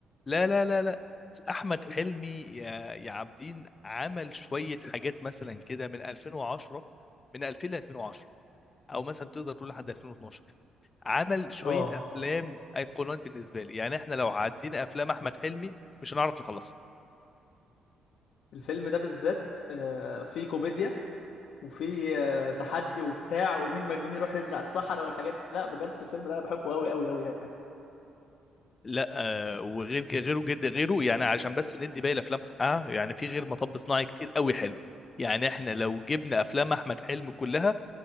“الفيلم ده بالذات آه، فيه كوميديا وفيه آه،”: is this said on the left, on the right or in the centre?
Left